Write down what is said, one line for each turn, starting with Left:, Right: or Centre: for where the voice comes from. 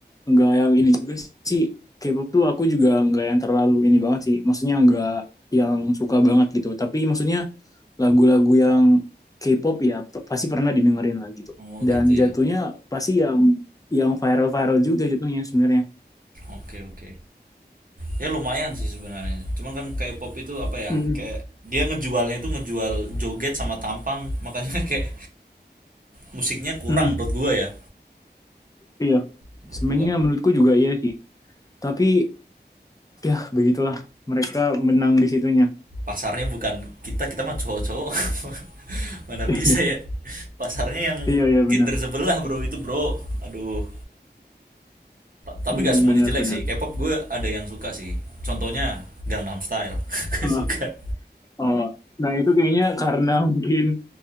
Left: nggak yang ini juga sih K-pop tuh aku juga nggak yang terlalu ini banget sih maksudnya nggak yang suka banget gitu tapi maksudnya lagu-lagu yang K-pop ya p- pasti pernah didengerin lah gitu
Right: oh
Left: dan
Right: gitu
Left: jatuhnya
Right: ya
Left: pasti yang yang viral-viral juga jatuhnya sebenarnya
Right: oke oke ya lumayan sih sebenarnya cuman kan kayak pop itu apa ya
Left: Mm,
Right: kayak dia ngejualnya itu ngejual joget sama tampang makanya <laughs> kayak musiknya kurang
Left: mm,
Right: menurut gua ya
Left: iya
Right: menurut
Left: sebenarnya
Right: gua
Left: menurutku juga iya sih tapi ya begitulah mereka menang di situnya
Right: pasarnya bukan kita kita mah cowok-cowok <laughs> mana bisa
Left: <laughs>
Right: ya pasarnya yang
Left: iya iya
Right: gender
Left: benar
Right: sebelah bro itu bro aduh tapi
Left: Mm,
Right: nggak semuanya
Left: benar
Right: jelek
Left: benar
Right: sih K-pop gue ada yang suka sih contohnya Gangnam Style <laughs> gue
Left: Ah,
Right: suka
Left: oh. nah itu kayaknya karena mungkin